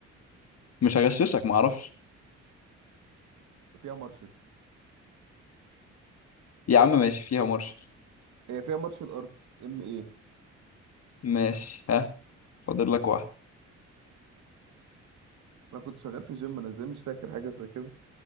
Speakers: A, on the left; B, on the right.
A: مش هغششك معرفش
B: فيها مارشل
A: يا عم ماشي فيها مارشال
B: هي فيها مارشل ارتس ام ايه
A: ماشي ها فاضل لك واحد
B: انا كنت شغال في جيم انا ازاي مش فاكر حاجه زي كده